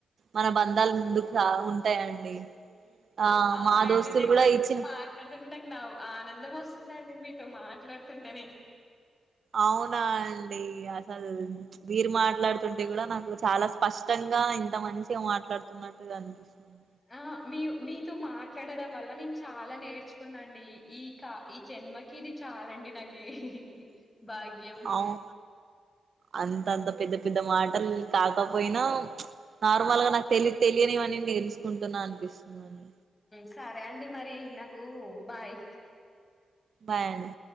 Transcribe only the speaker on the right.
మన బంధాలు ముందుకు ఉంటాయండి ఆ
మా దోస్తులు
కూడా
ఇచ్చిన
అవునా అండి అసలు మీరు మాట్లాడుతుంటే కూడా నాకు చాలా స్పష్టంగా ఇంత మంచిగా మాట్లాడుతున్నట్టుగా అనిపిస్తుంది
అవును అంత అంత పెద్ద పెద్ద మాటలు కాకపోయినా నార్మల్గా నాకు పెళ్ళి తెలియనివని తేలుసుకుంటున్నా అనిపిస్తుందంని
బాయడి